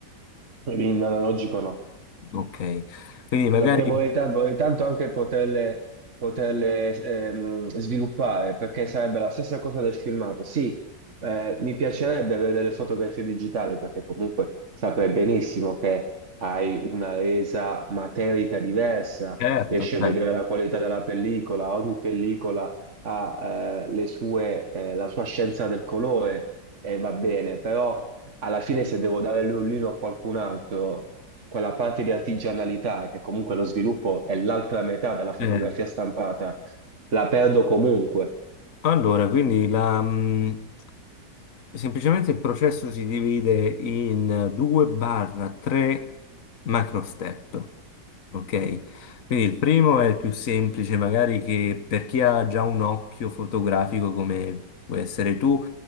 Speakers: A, on the right; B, on the left.
A: in analogico no.
B: ok, quindi magari
A: Perché vorrei, ta- vorrei tanto anche poterle, poterle, ehm, sviluppare, perché sarebbe la stessa cosa del filmato. Sì, eh, mi piacerebbe avere delle fotografie digitali, perché comunque saprei benissimo che hai una resa materica diversa,
B: certo,
A: riesci a
B: certo,
A: vedere la qualità della pellicola, ogni pellicola ha, eh, le sue, eh, la sua scienza del colore e va bene, però alla fine se devo dare l'ullino a qualcun altro quella parte di artigianalità, che comunque lo sviluppo è l'altra metà della fotografia
B: certo.
A: stampata, la perdo comunque.
B: Allora, quindi la, mh, semplicemente il processo si divide in 2 barra 3 macro step, ok? Quindi il primo è il più semplice, magari che per chi ha già un occhio fotografico come puoi essere tu,